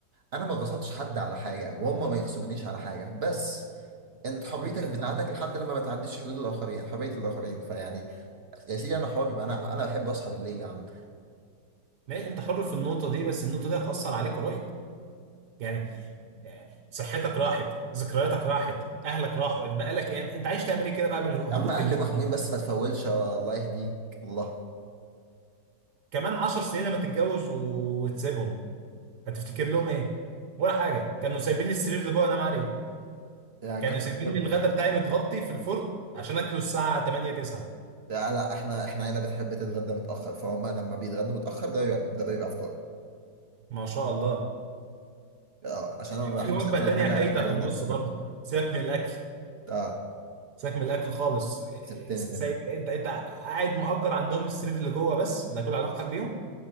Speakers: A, on the right (about 55°); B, on the right (about 80°).
A: انا ما غصبتش حد على حاجه وهم ما يغصبونيش على حاجه بس انت حريتك
B: <laughs>
A: بتاعتك
B: طب ما انت
A: لحد لما ما تعديش حدود الاخرين حريه الاخرين فيعني يا سيدي انا حر بقى، انا انا بحب اصحى بالليل يا عم
B: ما- انت حر في النقطه دي بس النقطه دي هتاثر عليك قريب يعني آه، صحتك راحت ذكرياتك راحت اهلك راحوا بقى لك ايه انت عايز تعمل ايه كده بقى بالهدوء
A: يا عم اهلي
B: بالليل
A: محرومين
B: دي
A: بس ما تفولش الله يهديك الله
B: كمان 10 سنين لما تتجوز وتسيبهم هتفتكر لهم ايه ولا حاجه كانوا سايبين لي السرير اللي جوه انام عليه
A: يعني
B: كانوا
A: كنت
B: سايبين
A: بكلمهم
B: لي الغدا بتاعي متغطي في الفرن عشان اكله الساعه 8 9
A: لا لا احنا احنا عيله بتحب تتغدى متاخر فهم لما بيتغدوا متاخر ده بيبقى ده بيبقى فطاري
B: ما شاء الله
A: اه عشان انا ما
B: في
A: بحبش
B: وجبه
A: اكل
B: تانية
A: الحاجه
B: فايته
A: الحاجه
B: في النص
A: بدري
B: برضه
A: بدري.
B: سيبك من الاكل
A: اه
B: سيبك من الاكل خالص إيه،
A: سبتني
B: سايب
A: منه
B: انت انت قاعد مأجر عندهم السرير اللي جوه بس ده كل علاقتك بيهم